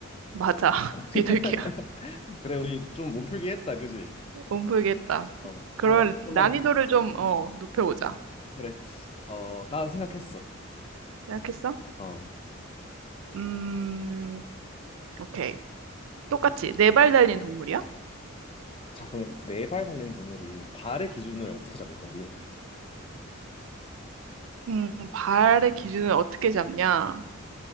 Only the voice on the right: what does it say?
맞아. <laughs>
비둘기야.
못 풀겠다.
그런
난이도를
좀, 어, 높여보자.
생각했어?
음, 오케이. 똑같이. 네 발 달린 동물이야?
음, 발의 기준은 어떻게 잡냐?